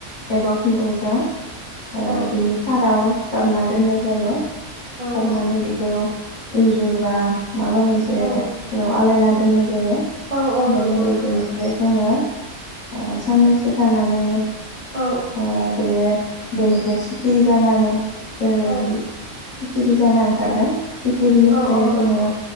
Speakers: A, on the left; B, on the right.
A: एबा खुन्दुंजों ओ
B: औ
A: बिनि फाराव दामना दोननाय जायो सिथाबनानै
B: औ
A: बेखौ इनजुरबा माबा मोनसे
B: औ
A: बेयाव आलायना दोननाय जायो
B: औ औ
A: रायनानै
B: नंगौ नोंथां
A: बेनिफ्राय जोङो ओ साननैसो थानानै
B: औ
A: ओ बेयो बेनिफ्राय <unintelligible> जानानै ओ
B: औ
A: बिख सिखिरि जाना ओंखारगोन सिखिगिरिनिफ्राय
B: औ
A: जोङो
B: नंगौ